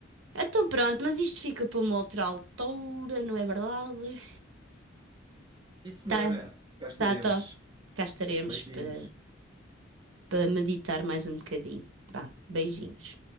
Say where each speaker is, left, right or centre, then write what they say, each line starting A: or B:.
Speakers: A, on the right; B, on the right.
A: Então pronto, mas isto fica para uma outra altura, não é verdade?
B: E senhora,
A: Tá,
B: cá estaremos.
A: tá, tá. Cá estaremos
B: Beijinhos.
A: para para meditar mais um bocadinho. Vá, beijinhos.